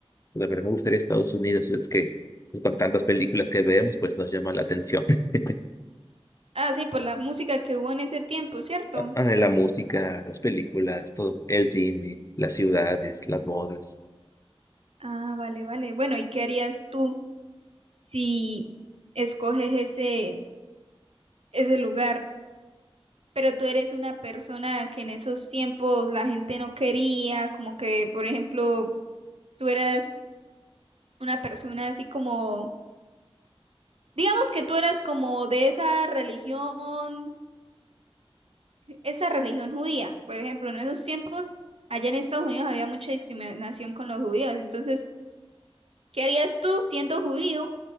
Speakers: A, on the left; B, on the right.
A: La verdad me gustaría Estados Unidos, es que con tantas películas que vemos, pues nos llama la atención. <laughs>
B: Ah, sí, por la música que hubo en ese tiempo, ¿cierto?
A: Ah, la música, las películas, todo, el cine, las ciudades, las modas.
B: Ah, vale, vale. Bueno, ¿y qué harías tú si escoges ese, ese lugar? Pero tú eres una persona que en esos tiempos la gente no quería, como que, por ejemplo, tú eras una persona así como, digamos que tú eras como de esa religión, esa religión judía. Por ejemplo, en esos tiempos, allá en Estados Unidos había mucha discriminación con los judíos. Entonces, ¿qué harías tú siendo judío